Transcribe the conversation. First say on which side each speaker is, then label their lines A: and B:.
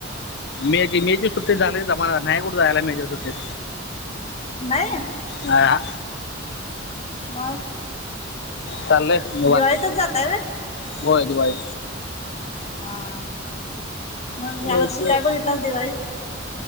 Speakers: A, on the left; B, on the left.
A: मे मेझी सुट्टीत <unintelligible> नाही कुठं जायला मेझ सुट्टीत.
B: नाहीय.
A: हा,
B: मग.
A: चालंय निवांत,
B: दिवाळीतच जातय व
A: होय दिवाई
B: हा, मग ह्या
A: मेचे
B: वर्षी काय बघितलंस दिवाळीत?